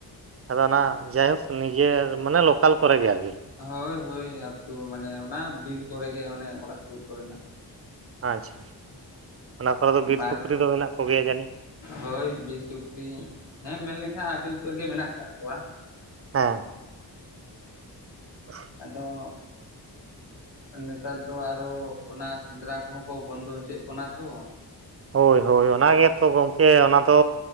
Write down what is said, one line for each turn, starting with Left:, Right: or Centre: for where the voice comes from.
Right: ᱟᱫᱚ ᱚᱱᱟ ᱡᱟᱭᱦᱳᱠ ᱱᱤᱡᱮᱨ ᱢᱟᱱᱮ ᱞᱳᱠᱟᱞ ᱠᱚᱨᱮ ᱜᱮ ᱟᱨᱠᱤ
Left: ᱦᱳᱭ ᱦᱳᱭ ᱟᱛᱳ ᱢᱟᱱᱮ ᱚᱱᱟ ᱵᱤᱨ ᱠᱚᱨᱮ ᱜᱮ ᱚᱱᱮ ᱚᱲᱟᱜ ᱥᱩᱨ ᱠᱚᱨᱮᱱᱟᱜ
Right: ᱟᱪᱪᱷᱟ᱾ <unintelligible> ᱚᱱᱟ ᱠᱚᱨᱮ ᱫᱚ
Left: ᱵᱟᱨ
Right: ᱵᱤᱨ ᱥᱩᱠᱨᱤ ᱫᱚ ᱢᱮᱱᱟᱜ ᱠᱚᱜᱮᱭᱟ ᱡᱟᱹᱱᱤᱡ
Left: ᱦᱳᱭ ᱵᱤᱨ ᱥᱩᱠᱨᱤ ᱦᱮᱸ ᱢᱮᱱᱞᱠᱷᱟᱱ ᱟᱹᱰᱤ ᱩᱛᱟᱹᱨ ᱜᱮ ᱢᱮᱱᱟᱜ ᱟᱠᱟᱫ ᱠᱚᱣᱟ᱾
Right: ᱦᱮᱸ᱾ <unintelligible>
Left: ᱟᱫᱚ
Right: <unintelligible>
Left: ᱱᱮᱛᱟᱨ ᱫᱚ ᱟᱨᱦᱚ ᱚᱱᱟ ᱥᱮᱸᱫᱽᱨᱟ ᱠᱚᱦᱚᱸ ᱠᱚ ᱵᱚᱱᱫᱚ ᱦᱚᱪᱚᱭᱮᱫ ᱵᱚᱱᱟ ᱛᱚ᱾
Right: ᱦᱳᱭ ᱦᱳᱭ ᱚᱱᱟ ᱜᱮᱛᱚ ᱜᱚᱢᱠᱮ ᱚᱱᱟ ᱫᱚ